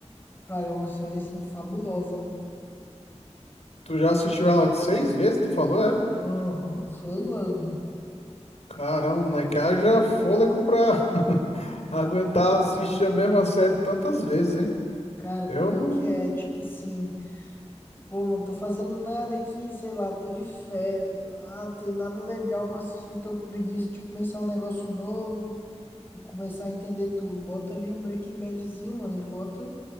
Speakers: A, on the left; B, on the left.
A: Cara, é uma série assim fabulosa, ó.
B: Tu já assistiu ela seis vezes, tu falou, é?
A: Aham, sei lá, mano.
B: Caramba, moleque, haja fôlego pra <laughs> aguentar assistir a mesma série tantas vezes, hein?
A: Cara, pior
B: Eu não.
A: que é, tipo assim, pô, mano, tô fazendo nada aqui, sei lá, tô de férias, mano. Ah, não tem nada legal pra assistir, tô com preguiça de começar um negócio novo. E começar a entender tudo. Bota ali um Breaking Badzinho, mano, e bota,